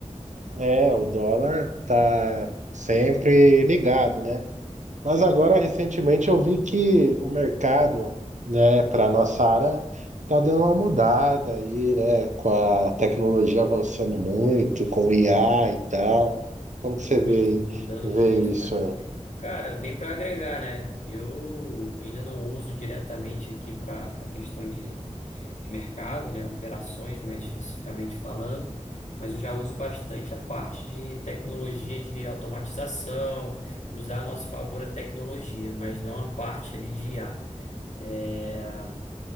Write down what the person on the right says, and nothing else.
É, o dólar tá sempre ligado, né? Mas agora, recentemente, eu vi que o mercado, né, para nossa área, tá dando uma mudada aí, né? Com a tecnologia avançando muito, com o IA e tal. Como que você
vê,
vê
isso?
é?